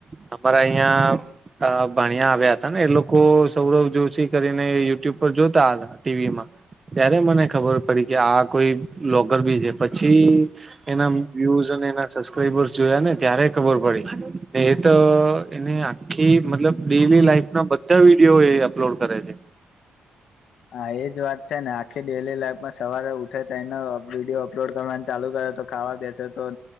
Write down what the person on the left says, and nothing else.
હા એજ વાત છે ને આખી ડેલી લાઈફમાં સવારે ઉઠે તેને વિડીયો અપલોડ કરવાનું ચાલુ કરે તો ખાવા બેસે તો